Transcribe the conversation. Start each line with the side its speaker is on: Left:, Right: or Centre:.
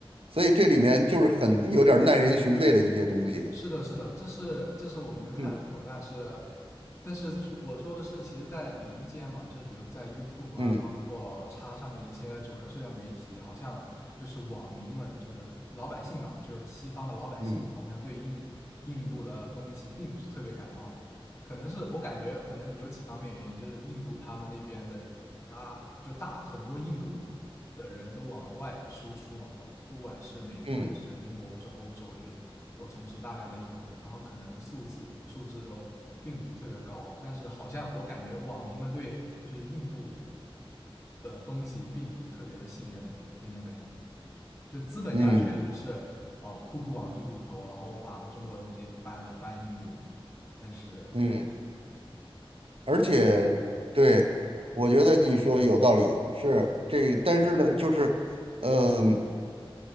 Right: 所以这里面就是很有点儿耐人寻味的一些东西。
Left: 是的，是的，这是这是我们能看的结果，
Right: 嗯
Left: 但是，但是就我说的是，其实，在民间嘛，就是比如在 YouTube
Right: 嗯
Left: 啊，包括叉上面一些主流社交媒体，好像就是网民们，就是老百姓嘛，就是西方的老百姓嘛好像对印印度的东西并不是特别感冒，
Right: 嗯
Left: 可能是我感觉可能有几方面原因，就是印度他们那边的他就大很多印度的人都往外输出嘛，不不管是美国还是英国或者欧洲，
Right: 嗯
Left: 就是都充斥大量的印度人，然后可能素质素质都并不是特别高，但是好像我感觉网民们对就是印度的东西并不是特别的信任那种感觉，就资本家确实是哦酷酷往印度投，
Right: 嗯
Left: 然后把中国的东西搬了搬印度嘛，但是
Right: 嗯，
Left: 对，
Right: 而且对，我觉得你说有道理，是这，但是呢，就是，嗯、